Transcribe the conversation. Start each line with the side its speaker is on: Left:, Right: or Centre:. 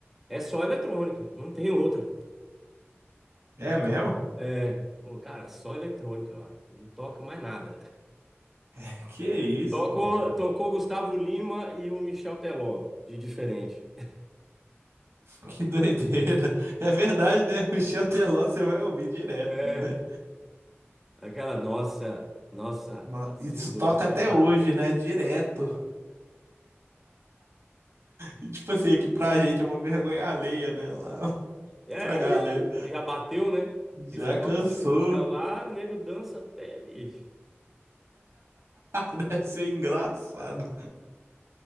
Centre: é só eletrônica, não tem outra.
Right: É mesmo?
Centre: É, pô, cara, é só eletrônica lá, não toca mais nada.
Right: <laughs> Que isso,
Centre: Tocou,
Right: pô?
Centre: tocou Gustavo Lima e o Michel Teló, de diferente. <laughs>
Right: <laughs> Que doideira. É verdade, né? Michel Teló, você vai ouvir direto,
Centre: É,
Right: né?
Centre: aquela nossa, nossa,
Right: No-
Centre: assim
Right: Isso
Centre: você
Right: toca
Centre: me
Right: até
Centre: mata.
Right: hoje, né? Direto. <laughs> E, tipo assim, aqui pra gente é uma vergonha alheia, né? Lá <laughs>
Centre: É,
Right: pra galera.
Centre: já, já bateu, né?
Right: Já
Centre: E você toca
Right: cansou.
Centre: essas músicas lá, o nego dança até, bicho.
Right: <laughs> Deve ser engraçado.